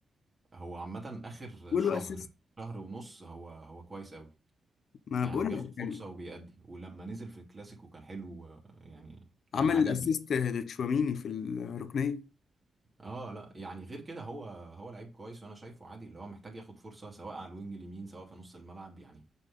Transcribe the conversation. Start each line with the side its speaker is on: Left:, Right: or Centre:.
Right: هو عامه اخر
Left: جول
Right: شهر
Left: اسيست
Right: شهر ونص هو هو كويس قوي
Left: ما
Right: يعني
Left: بقول
Right: بياخد
Left: لك
Right: فرصه
Left: يعني
Right: وبيأدي ولما نزل في الكلاسيكو كان حلو آه، يعني يعني
Left: عمل
Right: عجبني
Left: الاسيست لتشواميني في الركنيه
Right: اه لا يعني غير كده هو هو لعيب كويس وانا شايفه عادي اللي هو محتاج ياخد فرصه سواء على الوينج اليمين سواء في نص الملعب يعني